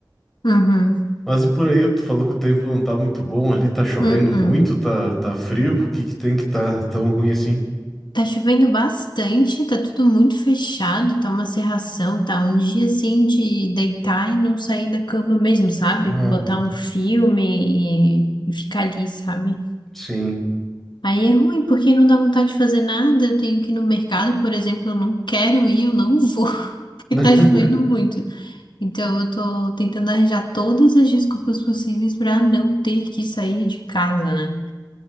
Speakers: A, on the left (about 80°); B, in the centre.
A: Uhum.
B: Mas e por aí, tu falou que o tempo não tá muito bom ali, tá chovendo
A: Uhum.
B: muito, tá, tá frio. O que que tem que tá tão ruim assim?
A: Tá chovendo bastante, tá tudo muito fechado, tá uma cerração, tá um dia assim de deitar e não sair da cama mesmo, sabe?
B: Ah,
A: Botar um filme e, e ficar ali, sabe?
B: sim.
A: Aí é ruim, porque não dá vontade de fazer nada. Eu tenho que ir no mercado, por exemplo, eu não quero ir, eu não vou, <laughs> porque
B: <laughs>
A: tá chovendo muito. Então, eu tô tentando arranjar todas as desculpas possíveis pra não ter que sair de casa, né?